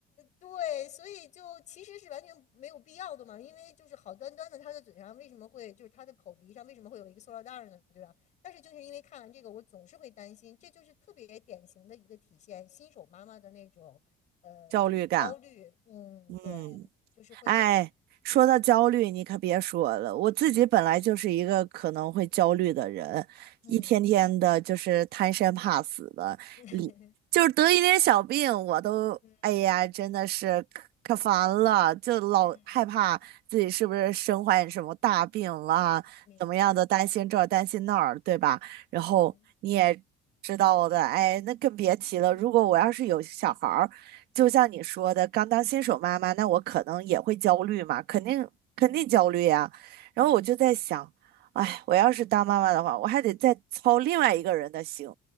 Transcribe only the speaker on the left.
对，所以就其实是完全没有必要的嘛，因为就是好端端的他的嘴上为什么会就是他的口鼻上为什么会有一个塑料袋儿呢，对吧？但是就是因为看完这个，我总是会担心，这就是特别典型的一个体现新手妈妈的那种呃就是焦虑，
嗯，
对，就是会有，
嗯
嗯嗯
<laughs>
嗯
嗯，明白，
嗯
嗯
嗯，
对，